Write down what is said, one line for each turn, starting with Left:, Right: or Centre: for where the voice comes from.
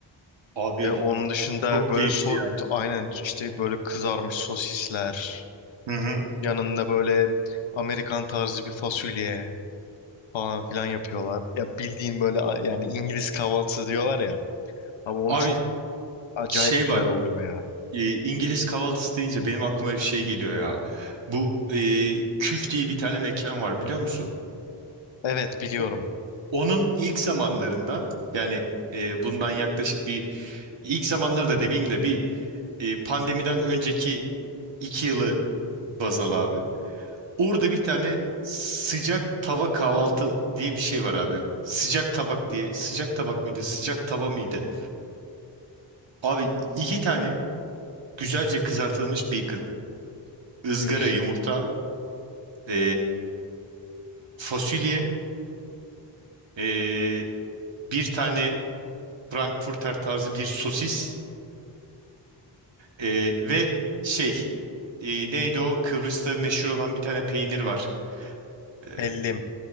Right: abi
Left: E, onun dışında
Right: çok
Left: böyle
Right: keyifli
Left: so
Right: ya.
Left: aynen işte böyle kızarmış sosisler.
Right: Hı hı.
Left: Yanında böyle Amerikan tarzı bir fasulye falan filan yapıyorlar. Ya bildiğim böyle a- yani İngiliz kahvaltısı diyorlar ya. Ama onu
Right: Abi
Left: çok acayip
Right: şey
Left: güzel
Right: var.
Left: oluyor ya.
Right: e, İngiliz kahvaltısı deyince benim aklıma hep şey geliyor ya. Bu e, Küf diye bir tane mekan var biliyor musun?
Left: Evet biliyorum.
Right: O- Onun ilk zamanlarında yani e, bundan yaklaşık bir ilk zamanları da demeyeyim de bir e, pandemiden önceki iki yılı baz al abi. Orada bir tane sıcak tava kahvaltı diye bir şey var abi. Sıcak tabak diye, sıcak tabak mıydı, sıcak tava mıydı? Abi iki tane güzelce kızartılmış bacon, ızgara
Left: Üf,
Right: yumurta, e, fasulye, e, bir tane Frankfurter tarzı bir sosis e, ve şey e, neydi o Kıbrıs'ta meşhur olan bir tane peynir var. E,
Left: hellim.